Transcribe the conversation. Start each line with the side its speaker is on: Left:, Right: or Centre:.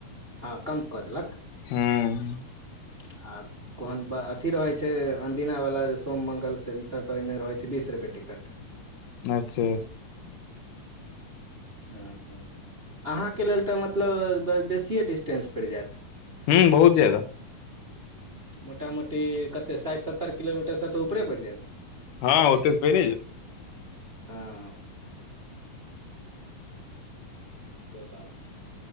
Right: हँ कम कऽ देलक।
Left: हूं
Right: <unintelligible> कोहन अथी रहै छैय अदीनावला सोम मङ्गलसँ ईसब तऽ ओहिमे रहै छैय बीस रुपैए टिकट।
Left: अच्छा अच्छा
Right: ह ह अहाँके लेल तऽ मतलब बेसिए डिस्टेंस पड़ि जायत।
Left: हूँ बहुत ज्यादा।
Right: मोटा मोटी कतेक साठि सत्तरि किलोमीटरसँ तऽ ऊपरे पड़ि जायत।
Left: हँ ओते परी ज
Right: हँ से बात छैय।